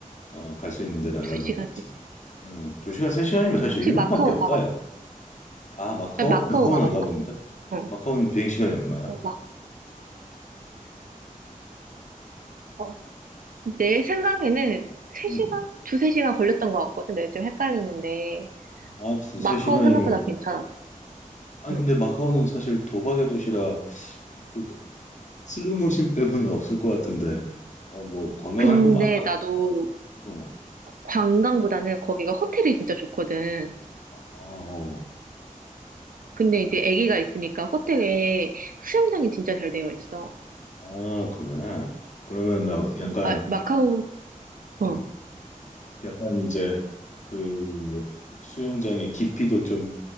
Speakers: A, on the left; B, on the right.
A: 어, 갈 수 있는 데를 알아보고
B: 2시가
A: 있지.
B: 되지.
A: 음, 2시간, 3시간이면 사실
B: 혹시
A: 일본밖에
B: 마카오
A: 없다,
B: 가봤어?
A: 야. 아, 마카오?
B: 아, 마카오
A: 마카오는
B: 가봤어?
A: 안 가봤는데?
B: 어.
A: 마카오는 비행시간이 얼마야?
B: 어, 마, 어. 내 생각에는 3시간?
A: 음.
B: 2, 3시간 걸렸던 것 같거든. 내가 지금 헷갈리는데.
A: 아, 두세
B: 마카오
A: 시간이면
B: 생각보다 괜찮았어.
A: 괜찮아. 아니,
B: 응.
A: 근데 마카오는 사실 도박의 도시라 그 슬로모션 빼고는 없을 것 같은데, 어, 뭐, 관광할
B: 근데
A: 곳 많아?
B: 나도
A: 어,
B: 관광보다는 거기가 호텔이 진짜 좋거든.
A: 아, 어,
B: 근데 이제
A: 약,
B: 아기가 있으니까 호텔에 수영장이 진짜 잘 되어 있어.
A: 아, 그래. 그러면 막 약간,
B: 아, 마카오, 어,
A: 음, 약간 이제 그 수영장의 깊이도 좀